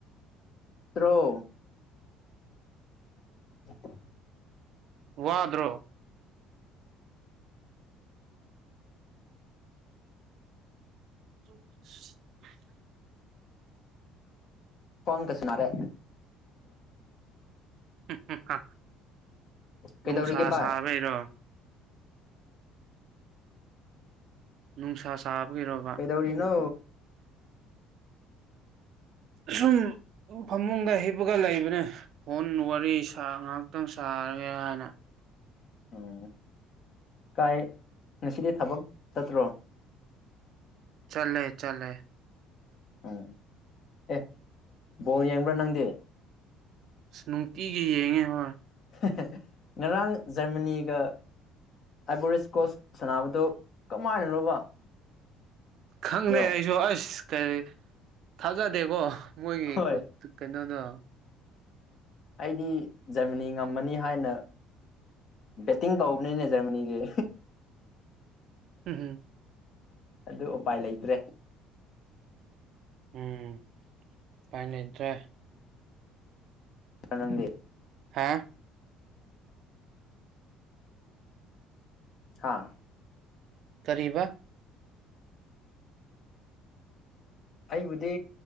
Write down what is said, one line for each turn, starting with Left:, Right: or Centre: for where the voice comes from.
Left: ꯇ꯭ꯔꯣ <inaudible>
Right: ꯋꯥꯗ꯭ꯔꯣ <unintelligible>
Left: ꯈꯋ꯭ꯥꯡ ꯒꯥꯁꯤ ꯅꯥꯔꯦ
Right: <unintelligible> ꯅꯨꯡꯁꯥ
Left: ꯀꯩꯗꯧꯔꯤꯒꯦ ꯚꯥꯏ
Right: ꯁꯥꯕꯩꯔꯣ ꯅꯨꯡꯁꯥ ꯁꯥꯕꯒꯤ ꯔꯣꯕꯥ
Left: ꯀꯩ ꯗꯧꯔꯤꯅꯣ
Right: ꯁꯨꯝ ꯐꯃꯨꯡꯗ ꯍꯤꯞꯄꯒ ꯂꯩꯕꯅꯦ ꯐꯣꯟ ꯋꯥꯔꯤ ꯁꯥꯍ ꯉꯥꯍꯥꯛꯇꯪ ꯁꯥꯒꯦ ꯍꯥꯏꯅ
Left: ꯎꯝ ꯀꯥꯏ ꯉꯁꯤꯗꯤ ꯊꯕꯛ ꯆꯠꯇ꯭ꯔꯣ
Right: ꯆꯠꯂꯦ ꯆꯠꯂꯦ
Left: ꯎꯝ ꯑꯦ ꯕꯣꯟ ꯌꯦꯡꯕ꯭ꯔꯥ ꯅꯪꯗꯦ
Right: ꯑꯁ ꯅꯨꯡꯇꯤꯒꯤ ꯌꯦꯡꯉꯦ ꯍꯣꯏ
Left: <unintelligible> ꯉꯔꯥꯡ ꯖꯔꯃꯅꯤꯒ ꯑꯥꯏꯕꯣꯔꯤ ꯏꯁꯀꯣꯁ ꯁꯥꯟꯅꯕꯗꯨꯣ ꯀꯃꯥꯏꯅꯅꯣꯕ
Right: ꯈꯪꯗꯦ
Left: ꯑꯗꯣ
Right: ꯑꯩꯁꯨ ꯑꯁ ꯀꯔꯤ ꯊꯥꯖꯗꯦꯀꯣ ꯃꯣꯏꯒꯤ
Left: ꯍꯣꯏ
Right: ꯀꯀꯅꯥꯅꯣ
Left: ꯑꯩꯗꯤ ꯖꯔꯃꯅꯤ ꯉꯝꯃꯅꯤ ꯍꯥꯏꯅ ꯕꯦꯠꯇꯤꯡ ꯇꯧꯕꯅꯤꯅꯦ ꯖꯔꯃꯅꯤꯒꯤ
Right: ꯎꯝ ꯍꯨꯝ
Left: ꯑꯗꯨ ꯎꯄꯥꯏ ꯂꯩꯇ꯭ꯔꯦ
Right: ꯎꯝ ꯄꯥꯏ ꯂꯩꯇ꯭ꯔꯦ
Left: ꯑꯔꯡꯗꯤ
Right: ꯍꯥꯥꯑ
Left: ꯍꯥ
Right: ꯀꯔꯤꯕ
Left: ꯑꯩꯕꯨꯗꯤ